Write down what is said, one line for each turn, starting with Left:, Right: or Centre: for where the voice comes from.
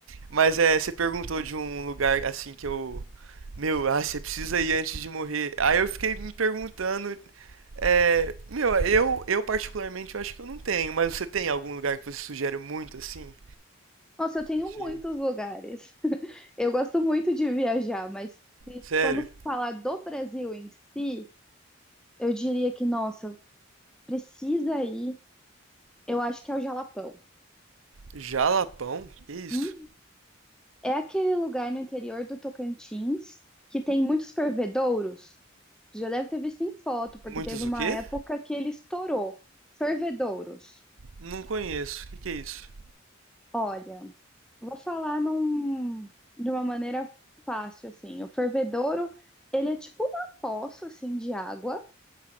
Right: Mas é, você perguntou de um lugar assim que eu. Meu, ah, você precisa ir antes de morrer. Aí eu fiquei me perguntando. é, meu, eu, eu particularmente eu acho que eu não tenho, mas você tem algum lugar que você sugere muito assim?
Centre: Nossa, eu tenho
Right: Você.
Centre: muitos lugares. <laughs> Eu gosto muito de viajar, mas se
Right: Sério?
Centre: formos falar do Brasil em si, eu diria que, nossa, precisa ir, eu acho que é o Jalapão.
Right: Jalapão? Que isso?
Centre: Hum, É aquele lugar no interior do Tocantins que tem muitos fervedouros. Você já deve ter visto em foto, porque
Right: Muitos
Centre: teve uma
Right: o quê?
Centre: época que ele estourou. Fervedouros.
Right: Não conheço. O que que é isso?
Centre: Olha, vou falar num- de uma maneira fácil, assim. O fervedouro, ele é tipo uma poça, assim, de água,